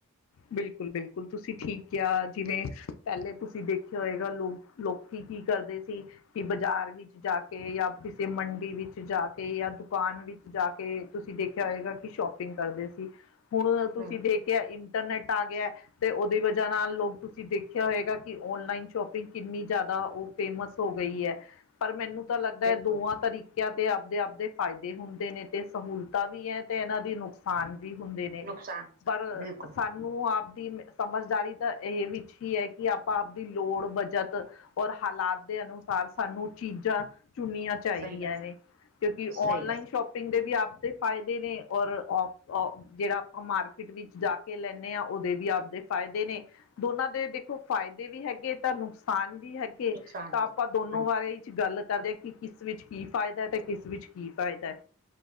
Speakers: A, on the left; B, on the right.
A: ਬਿਲਕੁਲ-ਬਿਲਕੁਲ ਤੁਸੀਂ ਠੀਕ ਕਿਹਾ, ਜਿਵੇਂ ਪਹਿਲੇ ਤੁਸੀਂ ਦੇਖਿਆ ਹੋਏਗਾ ਲੋਕ ਲੋਕੀ ਕੀ ਕਰਦੇ ਸੀ ਕਿ ਬਾਜ਼ਾਰ ਵਿੱਚ ਜਾ ਕੇ ਜਾਂ ਕਿਸੇ ਮੰਡੀ ਵਿੱਚ ਜਾ ਕੇ ਜਾਂ ਦੁਕਾਨ ਵਿੱਚ ਜਾ ਕੇ ਤੁਸੀਂ ਦੇਖਿਆ ਹੋਏਗਾ ਕਿ ਸ਼ੋਪਿੰਗ ਕਰਦੇ ਸੀ ਹੁਣ ਤੁਸੀਂ
B: ਹਮ
A: ਦੇ ਖਿਆ ਇੰਟਰਨੈੱਟ ਆ ਗਿਆ 'ਤੇ ਉਦੀ ਵਜਾ ਨਾਲ ਲੋਕ ਤੁਸੀਂ ਦੇਖਿਆ ਹੋਏਗਾ ਕਿ ਔਨਲਾਈਨ ਸ਼ੋਪਿੰਗ ਕਿੰਨੀ ਜਿਆਦਾ ਓ ਫੇਮਸ ਹੋ ਗਈ ਐ ਪਰ ਮੈਨੂੰ ਤਾਂ ਲੱਗਦਾ
B: ਬਿਲਕੁਲ
A: ਐ ਦੋਆ ਤਰੀਕਿਆਂ 'ਤੇ ਆਪਦੇ-ਆਪਦੇ ਫਾਇਦੇ ਹੁੰਦੇ ਨੇ ਤੇ ਸਹੂਲਤਾਂ ਵੀ ਐ ਤੇ ਏਨਾਂ ਦੀ ਨੁਕਸਾਨ ਵੀ ਹੁੰਦੇ ਨੇ,
B: ਨੁਕਸਾਨ
A: ਪਰ
B: ਬਿਲਕੁਲ
A: ਸਾ ਨੂੰ ਆਪਦੀ ਸਮਝਦਾਰੀ ਤਾਂ ਇਹ ਵਿੱਚ ਹੀ ਐ ਕਿ ਆਪਾਂ ਆਪਦੀ ਲੋੜ ਬਚਤ ਔਰ ਹਾਲਾਤ ਦੇ ਅਨੁਸਾਰ ਸਾਨੂੰ ਚੀਜ਼ਾਂ ਚੁਨੀਆਂ ਚਾਈਦੀਆਂ
B: ਸਹੀ ਗੱਲ
A: ਨੇ। ਕਿਉਂਕਿ
B: ਸਹੀ
A: ਔਨਲਾਈਨ
B: ਗੱਲ
A: ਸ਼ੋਪਿੰਗ ਦੇ ਵੀ ਆਪਦੇ ਫਾਇਦੇ ਨੇ ਔਰ ਔਫ ਓ ਜੇੜਾ ਆਪਾਂ ਮਾਰਕੀਟ ਵਿੱਚ ਜਾ ਕੇ ਲੈਂਨੇ ਆ ਉਦੇ ਵੀ ਆਪਦੇ ਫਾਇਦੇ ਨੇ। ਦੋਨਾਂ ਦੇ ਦੇਖੋ ਫਾਇਦੇ ਵੀ ਹੈਗੇ ਤਾਂ ਨੁਕ ਸਾਨ ਵੀ ਹੈਗੇ
B: ਨੁਕਸਾਨ
A: ਤਾਂ
B: ਵੀ
A: ਆਪਾਂ
B: ਹੈ
A: ਦੋਨੋ
B: ਹਾਂਜੀ
A: ਬਾਰੇ 'ਚ ਗੱਲ ਕਰਦੇ ਆ ਕਿ ਕਿਸ ਵਿੱਚ ਕੀ ਫਾਇਦਾ ਤੇ ਕਿਸ ਵਿੱਚ ਕੀ ਫਾਇਦਾ ਐ।